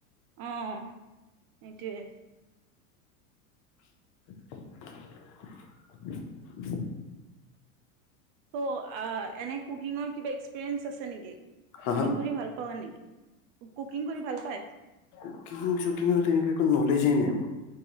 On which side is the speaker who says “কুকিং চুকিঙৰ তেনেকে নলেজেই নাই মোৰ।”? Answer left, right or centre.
Left